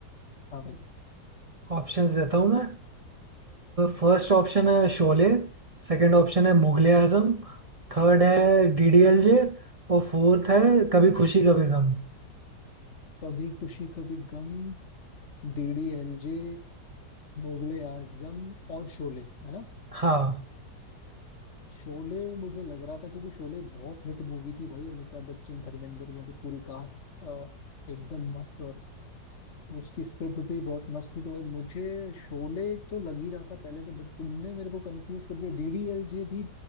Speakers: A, on the left; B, on the right.
A: हाँ भाई
B: ऑप्शंस देता हूँ मैं फर्स्ट ऑप्शन है शोले सेकंड ऑप्शन है मुगले आजम थर्ड है डीडीएलजे और फोर्थ है कभी खुशी कभी गम
A: Kabhi Khushi Kabhi Gham D D L J Mughal e Azam और शोले है ना
B: हाँ
A: शोले मुझे लग रहा था क्योंकि शोले बहुत हिट मूवी थी भाई अमिताभ बच्चन धर्मेंद्र वहाँ पे पूरी कास्ट आ, एकदम मस्त और उसकी स्क्रिप्ट भी बहुत मस्त थी तो भाई मुझे शोले तो लग ही रहा था पहले से बट तुमने मेरे को कंफ्यूज कर दिया डी डी एल जे भी